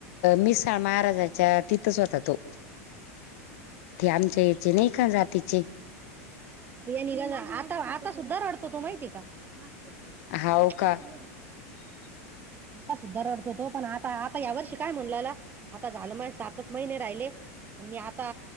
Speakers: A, on the left; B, on the right.
A: मिसां महाराजाच्या तीत तिथंच होता तो ते आमच्या याचे नाय का जातीचे
B: ते नी <unintelligible> आता आता सुद्धा रडतो तो माहितीये का मास्टर कोणं
A: हाव का
B: <unintelligible>
A: <inaudible>
B: आता सुद्धा रडतो तो पण आता आता या वर्षी काय म्हणलेला आता झाल माये सातच महिने राहिले. आणि आता